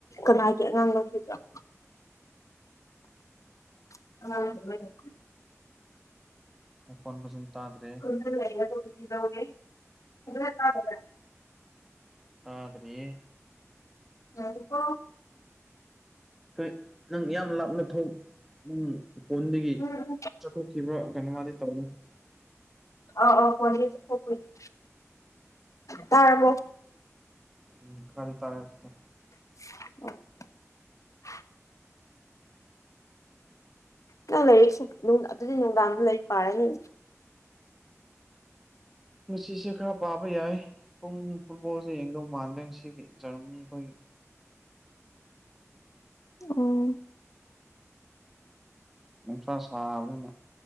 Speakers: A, on the left; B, in the centre.
A: ꯀꯅꯥꯒꯤ ꯑꯉꯥꯡ ꯂꯧꯈꯤꯕꯔꯣ <unintelligible>
B: ꯅ ꯈꯣꯟ ꯐꯖꯅꯥ ꯇꯥꯗ꯭ꯔꯦ
A: <unintelligible>
B: ꯇꯥꯗꯔꯤꯌꯦ
A: <unintelligible>
B: ꯀꯩ ꯅꯪ ꯌꯥꯝ ꯂꯥꯞꯅ ꯊꯣꯡ ꯒꯨꯝ ꯐꯣꯟꯗꯒꯤ
A: ꯎꯝ
B: ꯆꯠꯊꯣꯛꯈꯤꯕ꯭ꯔꯥ ꯀꯩꯅꯣꯃꯗꯤ ꯇꯧ ꯅ
A: ꯑ ꯑꯣꯐꯣꯟꯗꯒꯤ ꯆꯠꯊꯣꯛ ꯄꯥꯒꯤ ꯇꯔꯕꯣ
B: ꯎꯝ ꯈꯔꯗꯤ ꯇꯥꯔꯦ ꯍꯧꯖꯤꯛꯇꯤ
A: <unintelligible> ꯅꯡ ꯂꯩꯥꯏꯔꯤꯛꯁꯨ ꯑꯗꯨꯗꯤ ꯅꯨꯡꯗꯥꯡꯗ ꯂꯥꯏꯔꯤꯛ ꯄꯥꯔꯅꯤ
B: ꯉꯁꯤꯁꯦ ꯈꯔ ꯄꯥꯕ ꯌꯥꯏ ꯄꯨꯡ ꯐꯨꯠꯕꯣꯜꯁꯦ ꯌꯦꯡꯗꯧ ꯃꯥꯟꯗ ꯉ ꯁꯤꯗꯤ ꯑꯖꯝꯅꯤ ꯑꯩꯈꯣꯏꯒꯤ
A: ꯑꯣ
B: ꯅꯨꯡꯁꯥ ꯁꯥꯕꯅꯤꯅ